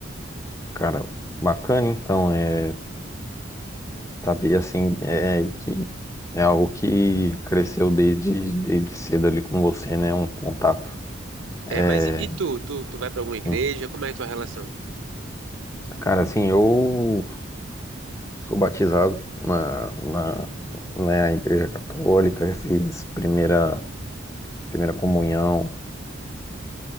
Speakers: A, on the left (about 15°); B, on the right (about 85°).
A: Cara, bacana, então, é, saber, assim, é que é algo que cresceu desde, desde cedo ali com você, né? Um contato. É,
B: É, mas e, e tu? Tu, tu vai pra alguma igreja?
A: hum.
B: Como é a tua relação?
A: cara, assim, eu Sou batizado na, na, na Igreja Católica, já fiz primeira, primeira comunhão,